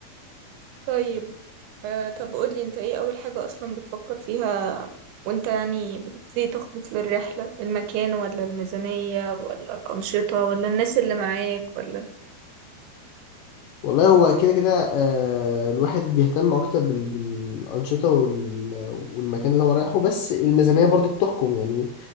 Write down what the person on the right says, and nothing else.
طيب آه طب قولي انت ايه اول حاجة اصلا بتفكر فيها وانت يعني بتبتدي تخطط للرحلة المكان ولا الميزانية ولا الأنشطة ولا الناس اللي معاك ولا